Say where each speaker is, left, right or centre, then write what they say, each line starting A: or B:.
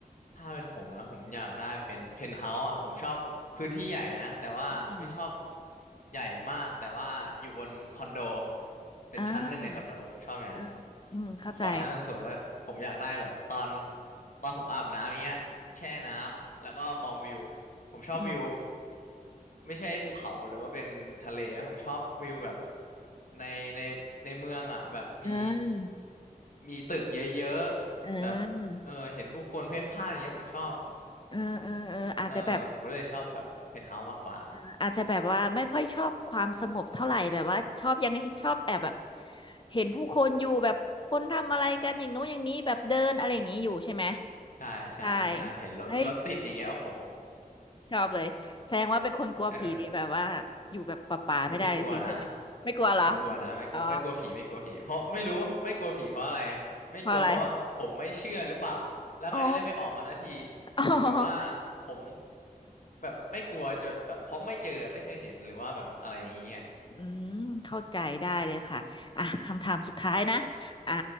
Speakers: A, on the left; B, on the left.
A: ถ้าเป็นผมนะผมอยากได้เป็นเพนท์เฮาส์อ่ะผมชอบพื้นที่ใหญ่นะแต่ว่าไม่ชอบ
B: อืม
A: ใหญ่มากแต่ว่าอยู่บนคอนโดเป็นชั้นหนึ่งในคอนโดผมชอบอย่างนั้น
B: อ่าเอออืมเข้าใจ
A: ขอชั้นสูงๆเลยผมอยากได้แบบตอนตอนผมอาบน้ำอย่างเงี้ยแช่น้ำแล้วก็มองวิวผมชอบวิว
B: อืม
A: ไม่ใช่ภูเขาหรือว่าเป็นทะเลนะผมชอบวิวแบบในในในเมืองอ่ะแบบมี
B: เออ
A: มีตึกเยอะๆแบบ
B: เออ
A: เออเห็นผู้คนเพ่นพ่านอย่างเงี้ยผมชอบ
B: เออเออเอออาจจะแบบ
A: เออผมก็เลยชอบแบบเพนท์เฮาส์มากกว่า
B: เอออาจจะแบบว่าไม่ค่อยชอบความสงบเท่าไหร่ แบบว่าชอบยังชอบแอบแบบเห็นผู้คนอยู่แบบคนทำอะไรกันอย่างโน้นอย่างนี้แบบเดินอะไรอย่างนี้อยู่ใช่ไหม
A: ใช่ใช่ใช่เห็นรถรถติดอย่างเงี้ยโอ้โห
B: ใช่เฮ้ยชอบเลยแสดงว่าเป็นคนกลัวผีดีแบบว่าอยู่แบบป่าๆไม่ได้สิใช่ไหมไม่กลัวเหรอ
A: <laughs> เออไม่ไม่กลัวนะไม่กลัวนะไม่กลัวไม่กลัวผีไม่กลัวผีเพราะไม่รู้ไม่กลัวผีเพราะอะไร
B: อ๋อ
A: ไม่กลัวเพราะผมไม่เชื่อหรือเปล่าแล้วมันก็เลยไม่ออกมาสักที
B: เพราะอะไรอ๋ออ๋อ
A: หรือว่าผมแบบไม่กลัวจนแบบเพราะไม่เจอไม่เคยเห็นหรือว่าแบบอะไรอย่างเงี้ย
B: อืมเข้าใจได้เลยค่ะอ่ะคำถามสุดท้ายนะอ่ะ